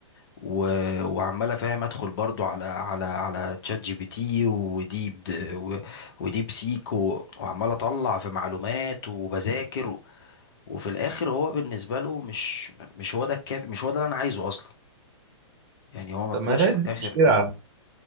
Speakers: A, on the left; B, on the right.
A: و... وعمال افهم ادخل برضو على على على تشات جي بي تي وديب د- و... وديب سيك و... وعمال اطلع في معلومات وبذاكر وفي الاخر هو بالنسبه له مش مش هو ده الكافي مش هو ده اللي انا عايزه اصلا يعني هو ما
B: طب
A: طلعش
B: ما ده
A: في
B: دي
A: الاخر
B: مشكلة
A: اه